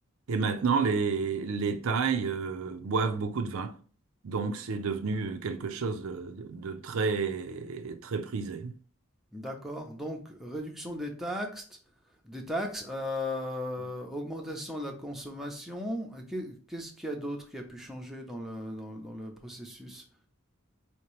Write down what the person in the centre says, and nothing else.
D'accord. Donc, réduction des taxes, des taxes, euh, augmentation de la consommation. Et qu'est- Qu'est-ce qu'il y a d'autre qui a pu changer dans le, dans, dans le processus?